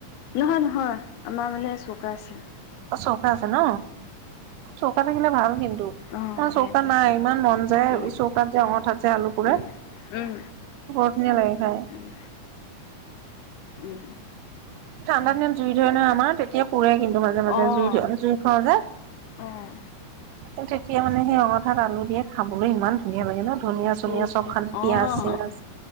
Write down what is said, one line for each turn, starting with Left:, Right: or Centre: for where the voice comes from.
Left: নহয় নহয় আমাৰ মানে চৌকা আছে
Right: আছো আছে ন চৌকা থাকিলে ভাল কিন্তু
Left: অঁ সেইটোৱে
Right: চৌকাত নাই ইমান মন যায়
Left: উম
Right: চৌকাত যে অঙথাত যে আলু পুৰে
Left: উম উম
Right: বৰ ধুনীয়া লাগে খাই
Left: উম উম
Right: ঠাণ্ডা
Left: সেয়া
Right: দিনত জুই ধৰে নয় আমাৰ তেতিয়া পুৰে কিন্তু মাজে মাজে
Left: অঁ
Right: আমি জুই পুৰাও যে
Left: অঁ
Right: কিন্তু তেতিয়া মানে সেই অত তাত আলু দিয়ে খাবলৈ ইমান ধুনীয়া লাগে ন ধনিয়া চনিয়া
Left: সেইটো
Right: চব সানি পিয়াজ
Left: অঁ
Right: চিয়াজ